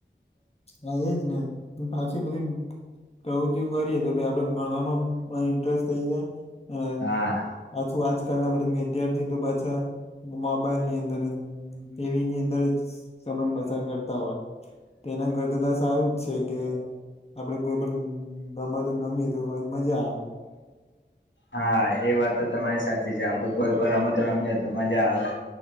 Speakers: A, on the left; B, on the left.
A: હ એજ ને પાછી બધી પ્રવૃત્તિ કરીએ તો આપડે મળવામાં ઇન્ટરેસ્ટ થઇ જાય અને
B: હા
A: પાછું આજકાલ બધા વિદ્યાર્થી તો પાછા મોબાઈલ ની અંદર જ ટીવીની અંદર જ સમય પસાર કરતા હોય તો એના કરતા તો સારું જ છે કે આપડે કોઈ પણ રમ તો નમીએ તો મજા આવે
B: હા એ વાત તો તમારી સાચી છે આપડ કોઈ પણ રમત રમે તો મજા આવે